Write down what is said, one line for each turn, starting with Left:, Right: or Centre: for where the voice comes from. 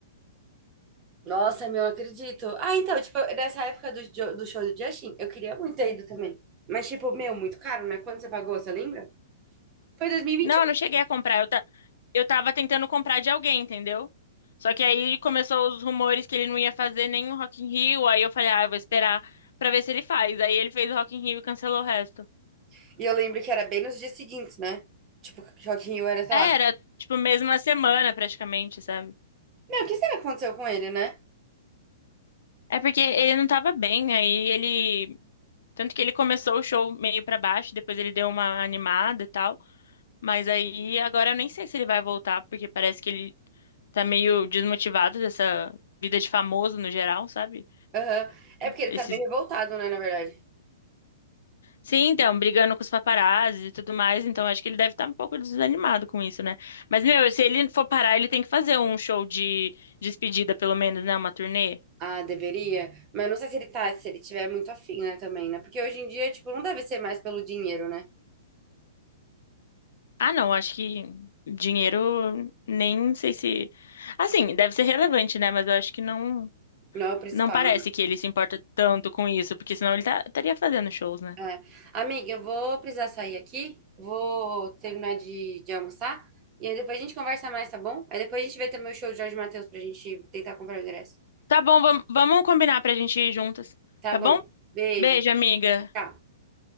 Right: Nossa, meu, eu acredito. Ah, então, tipo, nessa época do, jo- do show do Justin, eu queria muito ter ido também. Mas, tipo, meu, muito caro, né? Quanto você pagou, você lembra? Foi 2021.
Left: Não, eu
Right: E
Left: não cheguei
Right: vinte
Left: a comprar. eu tava tentando comprar de alguém, entendeu? Só que aí começou os rumores que ele não ia fazer nem o Rock in Rio, aí eu falei, ah, eu vou esperar pra ver se ele faz. Aí ele fez o Rock in Rio e cancelou o resto.
Right: e um. E eu lembro que era bem nos dias seguintes, né? Tipo, Joaquim Rio era, sei
Left: É,
Right: lá.
Left: Era, tipo, mesma semana praticamente, sabe?
Right: Meu, o que será que aconteceu com ele, né?
Left: É porque ele não tava bem, aí ele... Tanto que ele começou o show meio pra baixo, depois ele deu uma animada e tal. Mas aí, agora eu nem sei se ele vai voltar, porque parece que ele tá meio desmotivado dessa vida de famoso no geral, sabe?
Right: Aham. É porque ele
Left: Esses
Right: tá bem revoltado, né, na verdade.
Left: Sim, então, brigando com os paparazzi e tudo mais, então acho que ele deve estar um pouco desanimado com isso, né? Mas, meu, se ele for parar, ele tem que fazer um show de despedida, pelo menos, né? Uma turnê.
Right: Ah, deveria. Mas eu não sei se ele tá, se ele tiver muito afim, né, também, né? Porque hoje em dia, tipo, não deve ser mais pelo dinheiro, né?
Left: Ah, não, acho que dinheiro, nem sei se. Assim, deve ser relevante, né? Mas eu acho que não,
Right: Não é o principal,
Left: não parece
Right: né?
Left: que ele se importa tanto com isso, porque senão ele tá, estaria fazendo shows, né?
Right: É. Amiga, eu vou precisar sair aqui, vou terminar de, de almoçar, e aí depois a gente conversa mais, tá bom? Aí depois a gente vê também o show do Jorge Mateus pra gente tentar comprar o ingresso.
Left: Tá bom, vamos, vamos combinar pra gente ir juntas,
Right: Tá
Left: tá
Right: bom.
Left: bom?
Right: Beijo.
Left: Beijo, amiga.
Right: Tchau.